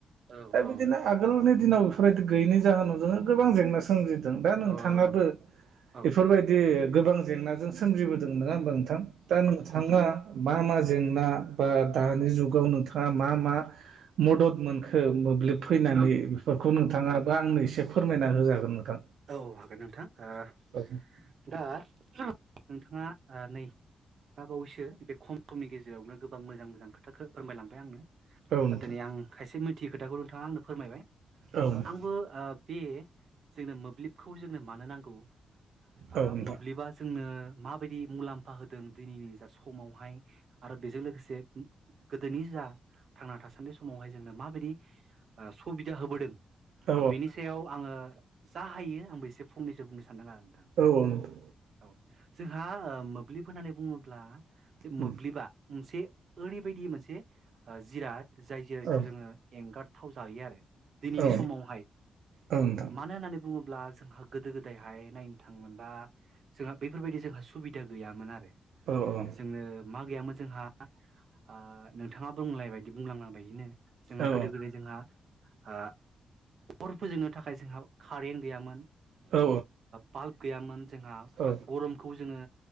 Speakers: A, on the right; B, on the right.
A: औ
B: दा बिदिनो आगोलनि दिनाव बेफोरबायदि गैनि जाहोनावो गोबां जेंना सोमजि दा नोंथाङाबो
A: औ नंगौ औ
B: बेफोरबायदि गोबां जेंनाजों सोमजिबोदों नङा होनबा नों थां दा नोंथाङा मा मा जें ना बा दानि जुगाव नोंथाङा मा मा मदद मोनखो मोब्लिब फैनानै बेफोरखौ नोंथाङाबो
A: औ
B: आंनो एसे फोरमायना होजागोन नोंथां
A: औ हागोन नोंथां ओ
B: औ
A: दा <inaudible> नोंथाङा ओ नै दा बावैसो बे ख'म ख'म समनि गेजेरावनो गोबां मोजां मोजां खोथाखो फोरमायलांबाय आंनो
B: औ नोंथां
A: दिनै आं खायसे मिथियै खोथाखौ नोंथाङा आंनो फोरमायबाय
B: औ नोंथां
A: आंबो ओ बे जोंनो मोब्लिबखौ जोंनो मानो नांगौ आ
B: औ नोंथां
A: मोब्लिबा जोंनो माबायदि मुलाम्फा होदों दिनैनि जा समावहाय आरो बेजों लोगोसे गोदोनि जा थांना थासान्दि समावहाय जोंनो माबायदि सुबिदा ओ होबोदों ओ
B: औ
A: बेनि सायाव आङो जा हायो आंबो एसे फंनैसो बुंनो सै सानदों आरो नोंथां
B: औ नोंथां
A: औ जोंहा ओ मोब्लिब होननानै बुङोब्ला जे
B: उम
A: मोब्लिबा मोनसे ओरै बायदि मोनसे जिराद जाय जेरैयट
B: औ
A: जोङो एंगारथाव जायो आरो। दिनैनि
B: औ
A: समावहाय
B: नोंथां
A: मानो होननानै बुङोब्ला जोंहा गोदो गोदायहाय नायनो थाङोमोनबा जोंहा बेफोरबायदि जोंहा सुबिदा गैयामोन आरो।
B: औ औ।
A: जोंनो मा गैयामोन जोंहा, आ नोंथाङा बुंलाय बायदि बुंलांनांबायदिनो जोंहा
B: औ
A: गोदो गोदाय जोंहा ओ अर फोजोंनो थाखाय जोंहा कारेन्ट गैयामोन
B: औ
A: बाल्ब गैयामोन जोंहा
B: औ
A: गरमखौ जोङो